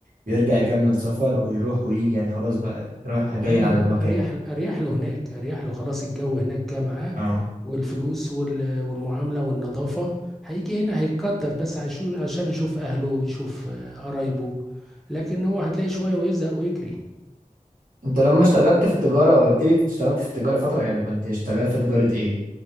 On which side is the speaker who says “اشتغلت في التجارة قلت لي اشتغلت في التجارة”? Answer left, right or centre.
Right